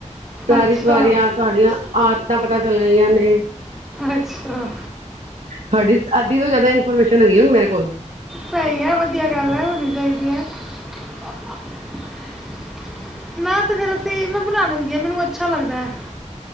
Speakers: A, on the right (about 75°); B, in the centre.
A: ਸਾਰੀ
B: ਅੱਛਾ
A: ਤੁਰੀਆਂ ਤੁਹਾਡੀਆਂ ਆਦਤਾਂ ਪਤਾ ਚੱਲ ਗਈਆਂ ਨੇ।
B: ਅੱਛਾ
A: ਤੁਹਾਡੀ ਅੱਧੀ ਤੋਂ ਜ਼ਿਆਦਾ ਇਨਫੋਰਮੇਸ਼ਨ ਹੈਗੀ ਹੁਣ ਮੇਰੇ ਕੋਲ
B: ਸਹੀ ਹੈ ਵਧੀਆ ਗੱਲ ਹੋਣੀ ਚਾਹੀਦੀ ਹੈ। ਠੀਕ ਹੈ। <unintelligible> ਮੈਂ ਤੇ ਫੇਰ ਅਸੀਂ ਮੈਂ ਬਣਾ ਲੈਂਦੀ ਹਾਂ। ਮੈਨੂੰ ਅੱਛਾ ਲੱਗਦਾ ਹੈ।